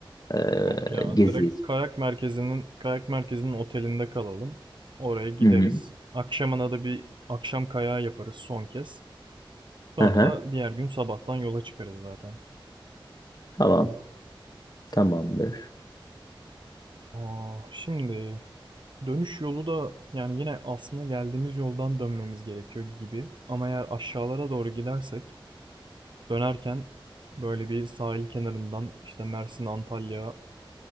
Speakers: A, on the left; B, on the right.
A: eee
B: Yok ya
A: gezeceğiz?
B: direkt kayak merkezinin kayak merkezinin otelinde kalalım. Oraya gideriz.
A: Hı hı.
B: Akşamına da bir akşam kayağı yaparız son kez.
A: Hı
B: Sonra
A: hı.
B: da diğer gün sabahtan yola çıkarız zaten.
A: Tamam. Tamamdır.
B: Aa, şimdi dönüş yolu da yani yine aslında geldiğimiz yoldan dönmemiz gerekiyor gibi. Ama eğer aşağılara doğru gidersek dönerken böyle bir sahil kenarından işte Mersin, Antalya,